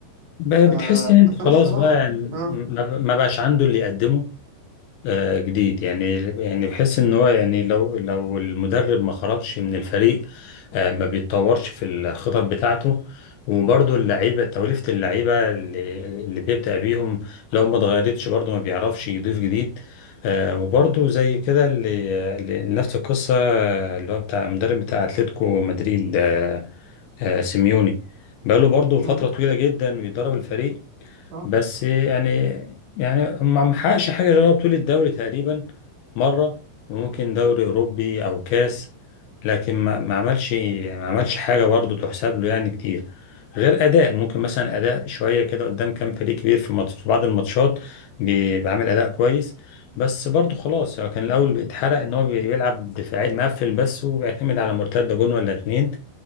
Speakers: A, on the left; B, on the right.
A: بقى
B: ف...
A: بتحس ان انت
B: فأنا
A: خلاص
B: الصراحة
A: بقى يعني
B: اه
A: ما ما بقاش عنده اللي يقدمه آه، جديد يعني يعني بحس ان هو يعني لو لو المدرب ما خرجش من الفريق آه، ما بيتطورش في الخطط بتاعته وبرضه اللعيبه توليفه اللعيبه اللي, اللي بيبدأ بيهم لو ما اتغيرتش برضه ما بيعرفش يضيف جديد آه، وبرضه زي كده اللي اللي- نفس القصه آه، اللي هو بتاع المدرب بتاع اتلتيكو مدريد آه، آه، سيميوني بقاله برضه فترة
B: مم،
A: طويلة جدا بيدرب الفريق
B: صح
A: بس يعني يعني ما محققش حاجة غير بطولة الدوري تقريبا مرة وممكن دوري أوروبي أو كاس لكن ما ما عملش ما عملش حاجة برضو تحسب له يعني كتير غير أداء ممكن مثلا أداء شوية كده قدام كام فريق كبير في ماتش في بعض الماتشات بي- بيعمل أداء كويس بس برضو خلاص هو كان الأول بيتحرق إن هو بي- بيلعب دفاعي مقفل بس وبيعتمد على مرتدة جون ولا اتنين